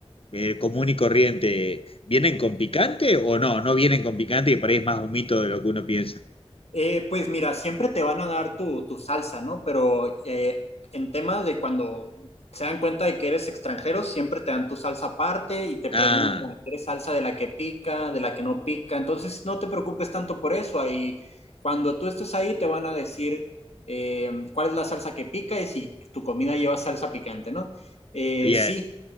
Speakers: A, on the left (about 60°); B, on the left (about 80°).
A: eh, común y corriente, ¿vienen con picante o no? No vienen con picante y por ahí es más un mito de lo que uno piensa.
B: Eh, pues mira, siempre te van a dar tu, tu salsa, ¿no? Pero eh, en tema de cuando se dan cuenta de que eres extranjero, siempre te dan tu salsa aparte y te
A: Ah,
B: preguntan, ¿quieres salsa de la que pica, de la que no pica? Entonces no te preocupes tanto por eso. Ahí, cuando tú estés ahí, te van a decir eh, cuál es la salsa que pica y si tu comida lleva salsa picante, ¿no? Eh,
A: bien.
B: sí.